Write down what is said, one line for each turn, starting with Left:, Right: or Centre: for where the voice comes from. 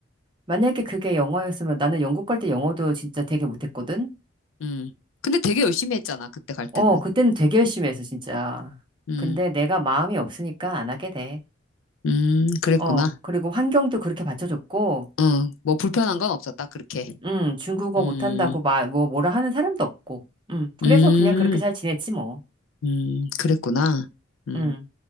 Right: 만약에 그게 영어였으면 나는 영국 갈 때 영어도 진짜 되게 못했거든?
Left: 음. 근데 되게 열심히 했잖아, 그때 갈 때는.
Right: 어, 그때는 되게 열심히 했어, 진짜.
Left: 음,
Right: 근데 내가 마음이 없으니까 안 하게 돼.
Left: 음, 그랬구나.
Right: 어, 그리고 환경도 그렇게 받쳐줬고,
Left: 어, 뭐 불편한 건 없었다, 그렇게.
Right: 음, 중국어
Left: 음,
Right: 못한다고 마, 뭐, 뭐라 하는 사람도 없고, 음, 그래서
Left: 음,
Right: 그냥 그렇게 잘 지냈지, 뭐.
Left: 음, 그랬구나. 음.
Right: 음.